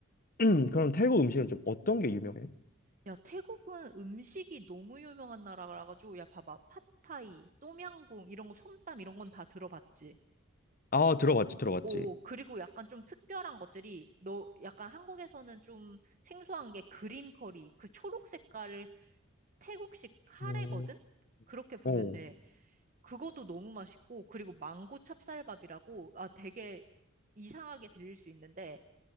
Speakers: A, on the left; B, on the right.
A: <clears throat> 그럼 태국 음식은 좀 어떤 게 유명해?
B: 야, 태국은 음식이 너무 유명한 나라라 가지고 야, 봐봐. 팟타이, 똠양궁 이런 거 솜땀 이런 건 다 들어봤지.
A: 아, 들어봤지, 들어봤지.
B: 오, 그리고 약간 좀 특별한 것들이 너 약간 한국에서는 좀 생소한 게 그린 커리, 그 초록 색깔을 태국식 카레거든?
A: 음,
B: 그렇게 보면
A: 오
B: 돼. 그것도 너무 맛있고, 그리고 망고 찹쌀밥이라고, 아, 되게 이상하게 들릴 수 있는데,